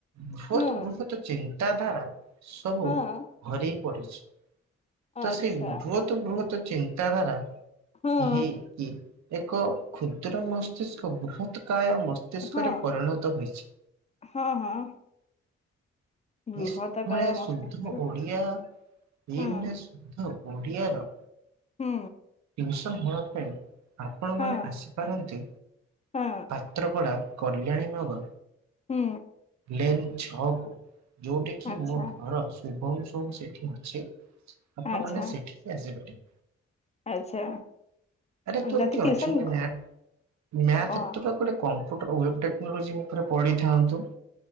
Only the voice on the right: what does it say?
ବୃହତ୍
ବୃହତ୍ ଚିନ୍ତା ଧାରା ସବୁ
ଭରି ହେଇକି ପଡିଛି
ତ ସେଇ ବୃହତ ବୃହତ ଚିନ୍ତାଧାରା
ହେ କି ଏକ କ୍ଷୁଦ୍ର ମସ୍ତିଷ୍କ ବୄହୁତ କାୟ ମସ୍ ମସ୍ତିଷ୍କରେ
ପରିଣତ ହୋଇଛି।
ଏଭଳିଆ
ଶୁଦ୍ଧ ଓଡ଼ିଆା
ଏ ଭଳି ତ ଓଡ଼ିଆ ର
<unintelligible> ହେବା ପାଇଁ ଆପଣ
ମାନେ ଆସିପାରନ୍ତି।
ତ୍ରପଡ଼ା କଲ୍ୟାଣୀ ନଗର
ଏମ୍ ଛ କୁ ଯୋଉଠି କି
ମୋ ଘର ଶୁଭଶ ସେଠି ଅଛି ଆପଣ
ମାନେ ସେଠିକି ଆସିପାରିବେ।
ଆରେ ତୋର
କିଏ ଅଛନ୍ତି
ନା ମ୍ୟାଥ
କ୍ଷେତ୍ର ଉପରେ କମ୍ପ୍ୟୁଟର ୱେବ୍ ଟେକ୍ନୋଲୋଜି ଉପରେ ପଢ଼ିଥାନ୍ତୁ।